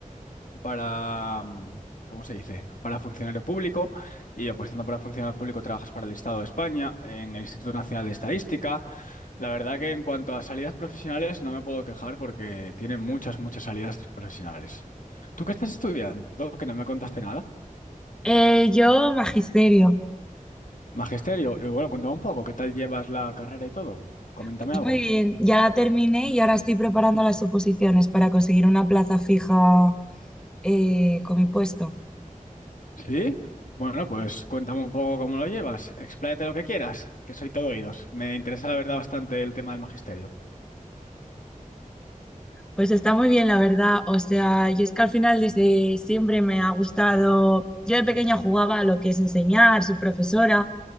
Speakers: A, on the left (about 65°); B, in the centre.
A: para, mm, ¿cómo se dice? Para funcionario público y opositando para funcionario público trabajas para el Estado de España, en el Instituto Nacional de Estadística. La verdad que en cuanto a salidas profesionales no me puedo quejar porque tienen muchas, muchas salidas profesionales. ¿Tú qué estás estudiando? Que no me contaste nada.
B: Eh, yo magisterio.
A: Magisterio, y bueno, cuéntame un poco, ¿qué tal llevas la carrera y todo? Coméntame
B: Pues
A: algo.
B: muy bien, ya la terminé y ahora estoy preparando las oposiciones para conseguir una plaza fija eh, con mi puesto.
A: Sí, bueno, pues cuéntame un poco cómo lo llevas, expláyate lo que quieras, que soy todo oídos. Me interesa la verdad bastante el tema del magisterio.
B: Pues está muy bien, la verdad. O sea, yo es que al final desde siempre me ha gustado. Yo de pequeña jugaba a lo que es enseñar, soy profesora.